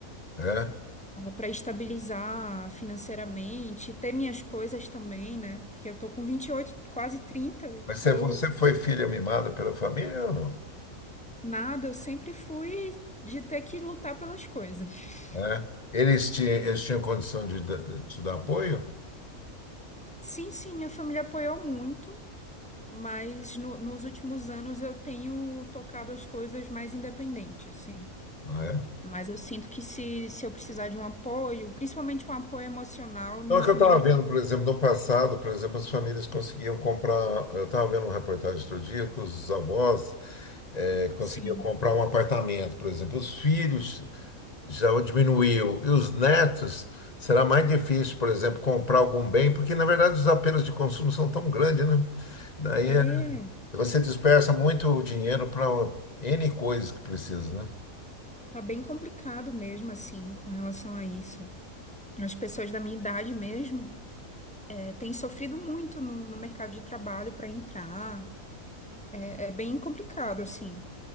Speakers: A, on the left; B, in the centre.
A: É.
B: Para estabilizar financeiramente, ter minhas coisas também, né? Porque eu tô com 28, quase 30.
A: Mas se
B: eu
A: você foi filha mimada pela família ou não?
B: nada, eu sempre fui de ter que lutar pelas coisas.
A: É. Eles ti- eles tinham, condição de da- te dar apoio?
B: Sim, sim, minha família apoiou muito, mas no- nos últimos anos eu tenho tocado as coisas mais independente, assim.
A: Não é?
B: Mas eu sinto que se, se eu precisar de um apoio, principalmente um apoio emocional, minha
A: Então, é
B: família
A: que eu estava vendo,
B: tá,
A: por exemplo, no passado, por exemplo, as famílias conseguiam comprar. Eu estava vendo uma reportagem outro dia que os avós eh, conseguiam
B: sim.
A: comprar um apartamento, por exemplo. Os filhos já diminuiu. E os netos, será mais difícil, por exemplo, comprar algum bem, porque, na verdade, os apelos de consumo são tão grandes, né? Daí
B: É,
A: Você dispersa muito dinheiro para N coisas que precisa, né?
B: tá bem complicado mesmo, assim, com relação a isso. As pessoas da minha idade mesmo, é, têm sofrido muito no, no mercado de trabalho para entrar. É, é bem complicado, assim.